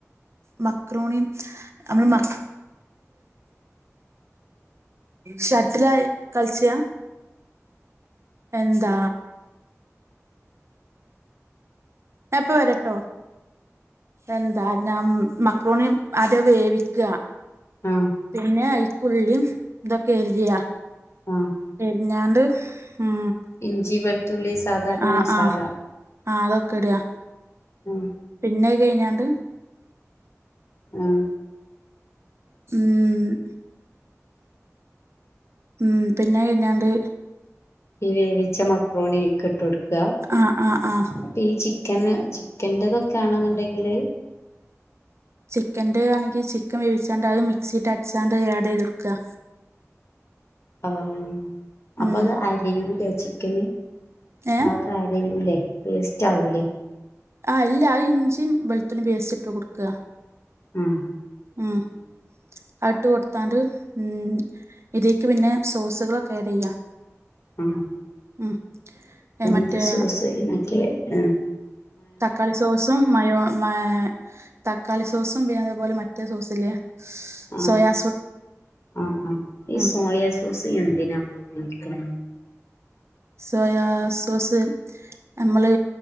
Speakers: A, on the right (about 55°); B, on the left (about 55°).
A: മക്രോണിം അമ്മള് മ ഷട്ട്ലാ കൾച്ചാ എന്താ ഞാപ്പ വരട്ടോ എന്താ ഞാ മക്രോണി ആദ്യം വേവിക്ക
B: ആഹ്
A: പിന്നെ അയ്ക്കുള്ളിം തൊക്കെ എര്യാ
B: ആഹ്
A: ഞ്ഞാണ്ട് ഉം
B: ഇഞ്ചി വെൾത്തുള്ളി സാധാരണ
A: ആഹ്
B: മസാല
A: ആഹ് ആഹ് അതൊക്കെടാ
B: ഉം
A: പിന്നഹ് കയ്ഞ്ഞാണ്ട്
B: ഉം
A: ഉം ഉം പിന്നഹ് കയ്ഞ്ഞാണ്ട്
B: ഈ വേവിച്ച മക്രോണി അയ്ക്ക് ട്ടൊട്ക്ക
A: ആഹ് ആഹ് ആഹ്
B: അപ്പൊ ഈ ചി ചിക്കന് ചിക്കൻ്റെതൊക്കേണ്ന്നുണ്ടെങ്കില്
A: ചിക്കന്റെ ആണെങ്കി ചിക്കൻ വേവിച്ചാണ്ട് അഹ് മിക്സിട്ടട്ച്ചാണ്ട് അഹ് ഏടെയ്തൊട്ക്ക
B: അം അപ്പത്
A: ഉം
B: അരയൂലേ ചിക്കന്
A: ഏഹ്
B: ആകരയൂലേ പേസ്റ്റാവൂലേ
A: ആഹ് ഇല്ലാ അഹ് ഇഞ്ചിയും വെളുത്തുള്ളിം പേസ്റ്റിട്ട് കൊടുക്ക
B: ഉം
A: ഉം ആ ട്ട് കൊടുത്താണ്ട് ഉം ഇതീക്ക് പിന്നെ സോസുകളൊക്കെ ആഡ് ചെയ്യാ
B: ഉം
A: ഉം
B: എന്ത്
A: മറ്റേ
B: സോസ ഈ മറ്റേ ആ
A: തക്കാളി സോസും മയോ മേ തക്കാളി സോസും പിന്നതേപോലെ മറ്റേ സോസ് ല്ലേ
B: ആഹ്
A: സോയാ
B: ആ ആ ഈ
A: ഉം
B: സോയാസോസ് എന്തിനാ നമ്മൾ ഉപയോഗിക്ക്ണേ
A: സോയാ സോസ് നമ്മള്